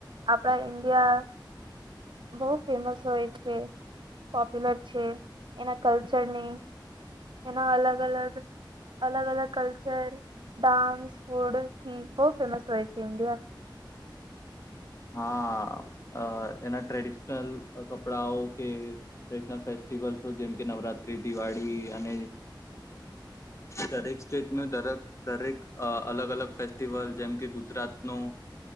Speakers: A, on the right; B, on the left.
A: આપણા ઈન્ડિયા બહુ ફેમસ હોય છે પોપ્યુલર છે એના કલ્ચરની એના અલગ અલગ અલગ અલગ કલ્ચર ડાન્સ ફૂડથી ખહબ ફેમસ વય છે ન્ડિયા
B: હા એના ટ્રેડિશનલ કપડાઓ કે ટ્રેડિશનલ ફેસ્ટિવલસ જેમકે નવરાત્રી દિવાળી અને દરેક સ્ટેટનું દરેક દરેક અલગ અલગ ફેસ્ટિવલ જેમ કે ગુજરાત ન